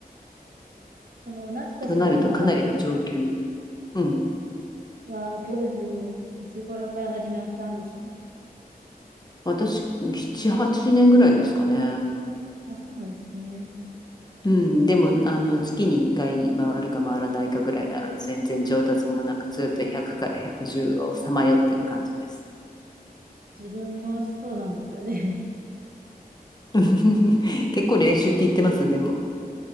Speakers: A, on the right (about 65°); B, on the left (about 25°).
A: その、夏子さんは、
B: となるとかなりの上級。うん。
A: はゴルフ、いつ頃から始めたんですか
B: 私、7、8年ぐらいですかね。
A: あ、そうなんですね。
B: うん。でも、あの、月に1回回るか回らないかぐらいなので、全然上達もなく、ずっと100から110をさまよってる感じです。
A: 自分もそうなんですよね。
B: <laughs> 結構練習って言ってます、でも。